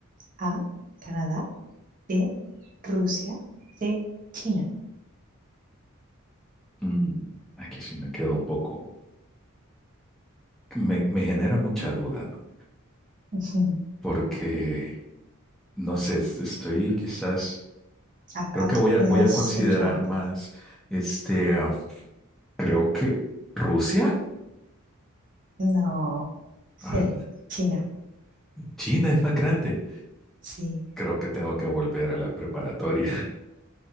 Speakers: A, on the right; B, in the centre.
A: A, Canadá. B, Rusia. C, China.
B: mm, aquí sí me quedo un poco. Me, me genera mucha duda, ¿no?
A: <laughs> Ujú.
B: Porque, no sé, estoy quizás
A: Haz,
B: Creo
A: haz
B: que voy
A: lo
B: a,
A: que
B: voy
A: has
B: a considerar
A: hecho antes.
B: más, este, ah, creo que Rusia,
A: No. C,
B: Ah,
A: China.
B: China es más grande.
A: Sí.
B: Creo que tengo que volver a la preparatoria